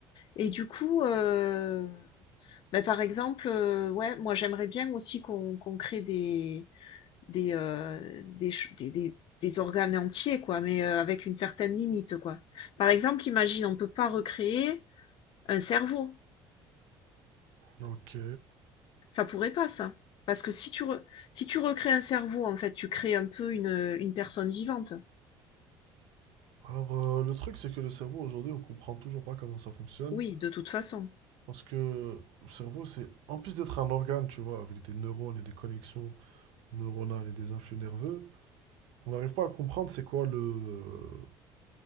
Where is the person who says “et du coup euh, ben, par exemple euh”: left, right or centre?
Left